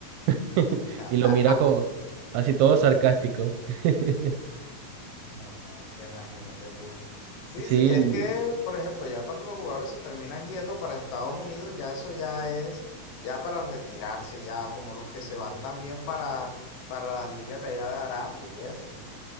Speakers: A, on the right (about 80°); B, on the left (about 75°).
A: <laughs>
B: <laughs>
A: Y lo mira co- así todo sarcástico. <laughs>
B: No, es que imagínate tú. Sí,
A: Sí,
B: sí, es que, por ejemplo, ya cuando los jugadores se terminan yendo para Estados Unidos, ya eso ya es, ya para retirarse, ya como los que se van también para, para las ligas de allá de Arabia y eso.